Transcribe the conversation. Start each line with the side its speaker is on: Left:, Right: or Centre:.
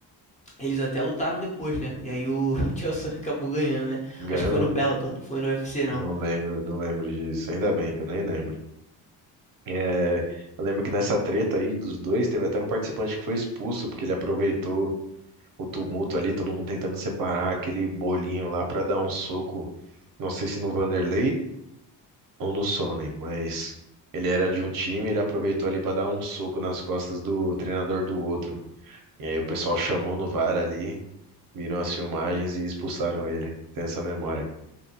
Left: eles até lutaram depois, né? E aí o <laughs> Tio Sam acabou ganhando, né?
Right: Ganhou.
Left: Acho que foi no Bellator, não foi no UFC,
Right: Não
Left: não.
Right: lembro, não lembro disso. Ainda bem que eu nem lembro. É, eu lembro que nessa treta aí dos dois, teve até um participante que foi expulso, porque ele aproveitou o tumulto ali, todo mundo tentando separar aquele bolinho lá pra dar um soco. Não sei se no Vanderlei ou no Sonnen, mas ele era de um time, ele aproveitou ali pra dar um soco nas costas do treinador do outro. E aí o pessoal chamou no VAR ali, viram as filmagens e expulsaram ele. Tem essa memória.